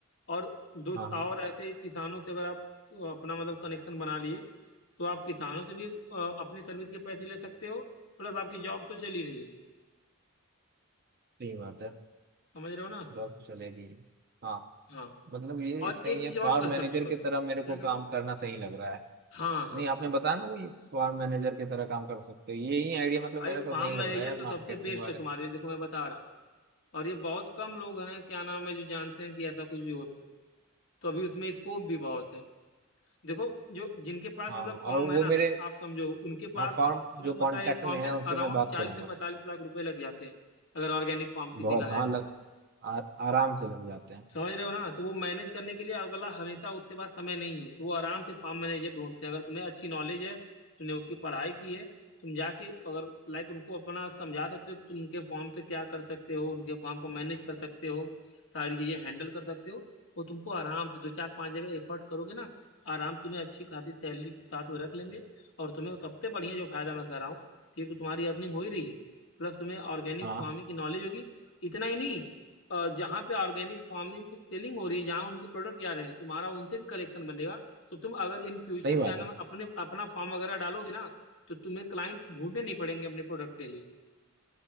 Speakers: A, on the left; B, on the right.
A: और दो
B: हाँ हाँ
A: और ऐसे ही किसानों से अगर आप अ, अपना मतलब कनेक्शन बना लिए तो आप किसानों से भी अ, अपनी सर्विस के पैसे ले सकते हो प्लस आपकी जॉब तो चल ही रही है
B: सही बात है
A: समझ रहे हो ना
B: जॉब तो चलेगी हाँ
A: हाँ
B: मतलब ये
A: और
B: सही
A: एक
B: है
A: चीज और
B: फार्म
A: कर सकते
B: मैनेजर
A: हो
B: की
A: क्या
B: तरह मेरे को
A: कर
B: काम
A: रहे हो
B: करना सही लग रहा है
A: हाँ हाँ
B: नहीं आपने बताया ना वो ये फार्म मैनेजर की तरह काम कर सकते हो ये ही आइडिया मतलब
A: भाई
B: मेरे को
A: फार्म
B: सही लग
A: मैनेजर
B: रहा है यार
A: तो सबसे
B: मार्केटिंग
A: बेस्ट
B: वाले
A: है तुम्हारे
B: से
A: लिए देखो मैं बता रहा हूँ और ये बहुत कम लोग हैं क्या नाम है जो जानते हैं कि ऐसा कुछ भी होता है तो अभी उसमें स्कोप भी बहुत है देखो जो जिनके पास
B: हाँ
A: मतलब फॉर्म
B: और वो
A: है ना
B: मेरे
A: आप समझो उनके
B: हाँ
A: पास
B: फार्म
A: तुम्हें
B: जो
A: पता
B: कांटेक्ट
A: है एक फॉर्म
B: में है
A: में
B: उनसे
A: अराउंड
B: मैं बात
A: चालीस
B: करूंगा
A: से पैंतालीस लाख रुपए लग जाते हैं अगर ऑर्गेनिक फॉर्म किसी
B: बहुत
A: का
B: हाँ
A: है तो
B: लग आ, आराम से लग जाते हैं
A: समझ रहे हो ना तो वो मैनेज करने के लिए अगला हमेशा उसके पास समय नहीं है तो वो आराम से फार्म मैनेजर ढूंढते हैं अगर तुम्हें अच्छी नॉलेज है तुमने उसकी पढ़ाई की है तुम जाके अगर लाइक उनको अपना समझा सकते हो कि तुम उनके फॉर्म पे क्या कर सकते हो उनके फॉर्म को मैनेज कर सकते हो सारी चीजें हैंडल कर सकते हो वो तुमको आराम से दो चार पांच जगह एफर्ट करोगे ना आराम से तुम्हें अच्छी खासी सैलरी के साथ वो रख लेंगे और तुम्हें वो सबसे बढ़िया जो फायदा मैं कर रहा हूँ कि एक तो तुम्हारी अर्निंग हो ही रही है प्लस तुम्हें ऑर्गेनिक
B: हाँ
A: फार्मिंग की नॉलेज होगी इतना ही नहीं अ, जहाँ पे ऑर्गेनिक फार्मिंग की सेलिंग हो रही है जहाँ उनके प्रोडक्ट आ रहे हैं तुम्हारा उनसे भी कलेक्शन बनेगा तो तुम अगर इन फ्यूचर
B: सही
A: क्या
B: बात
A: नाम
B: है
A: है, अपने अपना फार्म वगैरह डालोगे ना तो तुम्हें क्लाइंट ढूंढने नहीं पड़ेंगे अपने प्रोडक्ट के लिए